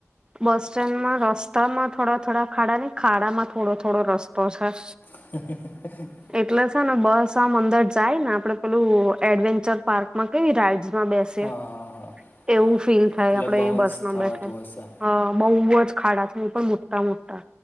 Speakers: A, on the right (about 15°); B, on the left (about 40°).
A: બસ સ્ટેન્ડમાં રસ્તામાં થોડા થોડા ખાડા નહી ખાડામાં થોડો થોડો રસ્તો છે.
B: હ <inaudible> હ <inaudible>
A: એટલે છે ને બસ આમ અંદર જાય ને આપડે પેલું એડવેન્ચર પાર્ક માં કેવી રાઈડ બેસે
B: હા હા હા
A: એવું ફીલ
B: એટલે
A: થાય આપડે
B: બાઉન્સ
A: એ બસમાં
B: થવાતું
A: બેઠા
B: હશે
A: અ બહુ જ ખાડા છે એ પણ મોટા મોટા